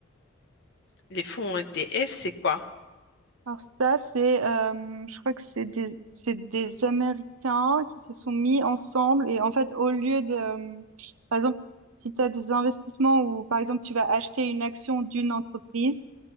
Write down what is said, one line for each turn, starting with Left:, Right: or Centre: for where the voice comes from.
Left: Les fonds ETF, c'est quoi?
Right: Alors ça, c'est, euh, je crois que c'est des, c'est des Américains qui se sont mis ensemble et en fait, au lieu de, euh, par exemple, si tu as des investissements ou par exemple tu vas acheter une action d'une entreprise,